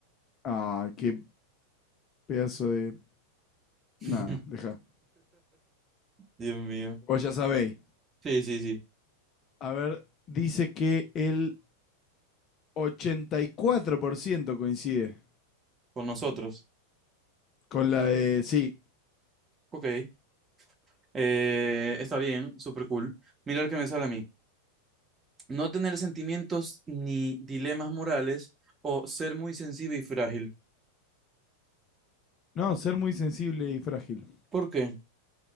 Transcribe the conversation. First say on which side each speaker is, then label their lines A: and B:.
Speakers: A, on the left; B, on the right.
A: Ah, qué pedazo de...
B: <laughs>
A: Nada, deja.
B: Dios mío.
A: Vos ya sabéis.
B: Sí, sí, sí.
A: A ver, dice que el 84% coincide
B: Con nosotros.
A: con la de, sí,
B: Ok. Eh, está bien, súper cool. Mira el que me sale a mí. No tener sentimientos ni dilemas morales o ser muy sensible y frágil.
A: no, ser muy sensible y frágil.
B: ¿Por qué?